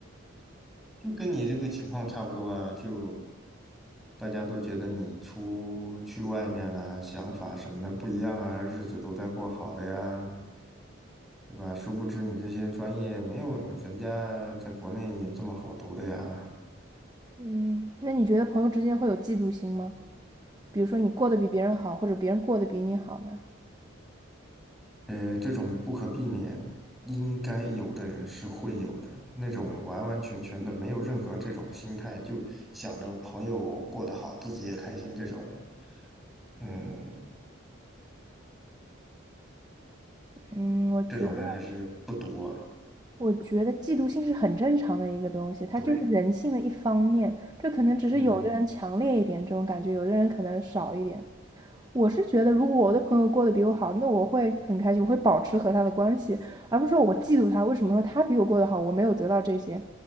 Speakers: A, in the centre; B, on the right (about 20°).
A: 就跟你这个情况差不多啊，就大家都觉得你出去外面了，想法什么的不一样啊，日子都在过好的呀，对吧？殊不知你这些专业没有人家在国内这么好读的呀。
B: 嗯，那你觉得朋友之间会有嫉妒心吗？比如说你过得比别人好，或者别人过得比你好呢？
A: 呃，这种不可避免，应该有的人是会有的，那种完完全全的没有任何这种心态，就想着朋友过得好，自己也开心，这种，嗯，
B: 嗯，我觉得，
A: 这种人还是不多啊
B: 我觉得嫉妒心是很正常的一个东西，它就是人性的一方面。
A: 对。
B: 这可能只是有的人强烈一点这种感觉，
A: 嗯。
B: 有的人可能少一点。我是觉得，如果我的朋友过得比我好，那我会很开心，我会保持和他的关系，而不是说我嫉妒他。为什么说他比我过得好，我没有得到这些？